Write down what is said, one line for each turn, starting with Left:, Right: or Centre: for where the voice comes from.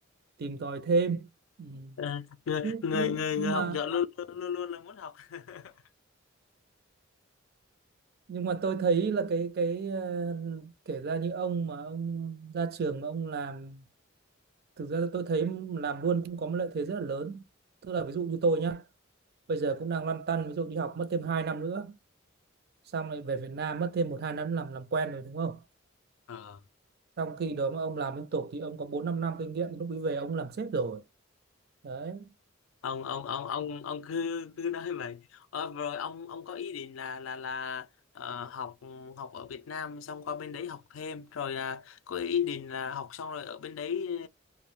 Right: tìm tòi thêm ừ.
Left: Ờ, người
Right: nhưng,
Left: người
Right: nhưng
Left: người
Right: nhưng
Left: người
Right: mà
Left: học giỏi luôn luôn luôn luôn là muốn học <laughs>
Right: nhưng mà tôi thấy là cái cái ờ, kể ra như ông mà ông ra trường mà ông làm thực ra tôi thấy làm luôn cũng có một lợi thế rất là lớn tức là ví dụ như tôi nhá bây giờ cũng đang lăn tăn ví dụ đi học mất thêm 2 năm nữa xong lại về Việt Nam mất thêm một hai năm làm làm quen rồi đúng không
Left: Ờ.
Right: trong khi đó mà ông làm liên tục thì ông có bốn năm năm kinh nghiệm lúc ấy về ông làm sếp rồi đấy
Left: ông ông ông ông ông cứ cứ nói vậy Ờ, rồi ông ông có ý định là là là ờ, học học ở Việt Nam xong qua bên đấy học thêm rồi à, có ý định là học xong rồi ở bên đấy